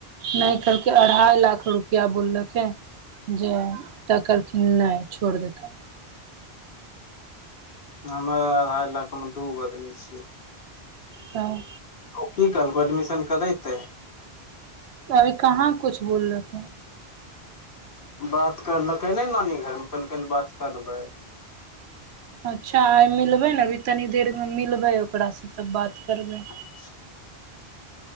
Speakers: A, on the right (about 85°); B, on the left (about 60°).
A: नहि कहलकै अढ़ाइ लाख रुपया बोललकै जे तऽ कहलखिन नइ छोड़ि देताह
B: हमर अढ़ाई लाख मे दू गो आदमी छियै
A: तब
B: ओ की कहलको एडमिशन करैते
A: अभी कहाँ कुछु बोललकै
B: बात करलकै नै नानी घरमे कहलकै बात कर लेबै
A: अच्छा आइ मिलबै न अभी तनी देरमे मिलबै ओकरासँ तब बात करबै
B: <inaudible>